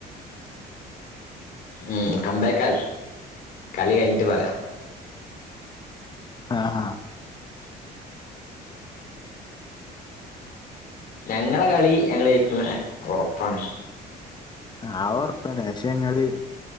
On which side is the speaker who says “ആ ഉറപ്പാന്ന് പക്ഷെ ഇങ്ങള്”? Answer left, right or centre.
Left